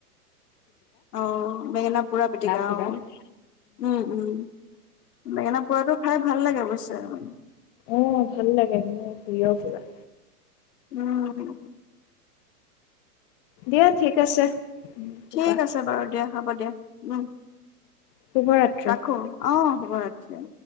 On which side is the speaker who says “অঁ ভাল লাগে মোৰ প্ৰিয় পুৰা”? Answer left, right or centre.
Left